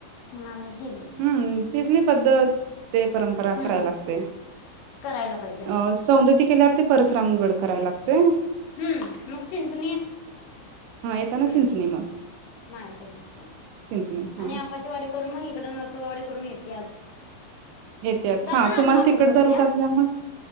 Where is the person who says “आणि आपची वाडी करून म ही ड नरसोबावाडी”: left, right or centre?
Left